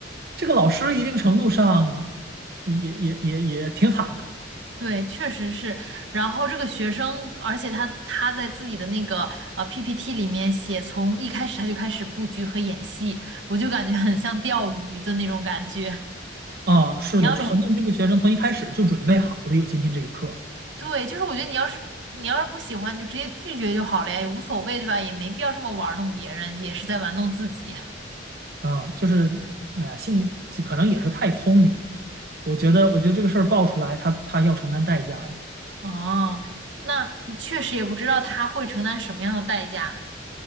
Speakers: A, on the right (about 55°); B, on the right (about 90°).
A: 这个老师一定程度上也也也也挺惨的
B: 对，确实是。然后这个学生，而且他他在自己的那个呃 PPT 里面写，从一开始他就开始布局和演戏，我就感觉很像钓鱼的那种感觉。
A: 啊，
B: <laughs>
A: 是的，
B: 你要是
A: 就好像这个学生从一开始就准备好了有今天这一刻
B: 对，就是我觉得你要是你要是不喜欢，你就直接拒绝就好了呀，也无所谓，对吧？也没必要这么玩弄别人，也是在玩弄自己。
A: 啊，就是哎呀，信可能也是太聪明，我觉得我觉得这个事儿爆出来，他他要承担代价的。
B: 哦，那你确实也不知道他会承担什么样的代价。